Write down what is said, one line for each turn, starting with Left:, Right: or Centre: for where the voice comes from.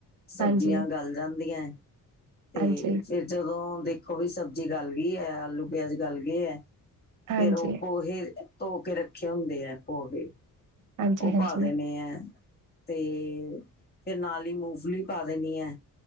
Left: ਸਬਜ਼ੀਆਂ
Right: ਹਾਂਜੀ,
Left: ਗਲ ਜਾਂਦੀਆਂ ਤੇ
Right: ਹਾਂਜੀ,
Left: ਫਿਰ ਜਦੋਂ ਦੇਖੋ ਵੀ ਸਬਜ਼ੀ ਗੱਲ ਗਈ ਹੈ ਆਲੂ ਪਿਆਜ ਗੱਲ ਗਏ ਐ।
Right: ਹਾਂਜੀ।
Left: ਫੇਰ ਉਹ ਪੋਹੇ ਧੋ ਕੇ ਰੱਖੇ ਹੁੰਦੇ ਆ ਪੋਹੇ
Right: ਹਾਂਜੀ,
Left: ਉਹ
Right: ਹਾਂਜੀ,
Left: ਪਾ ਦੇਣੇ ਐ। ਤੇ ਫੇਰ ਨਾਲ ਹੀ ਮੂੰਗਫਲੀ ਪਾ ਦੇਣੀ ਐ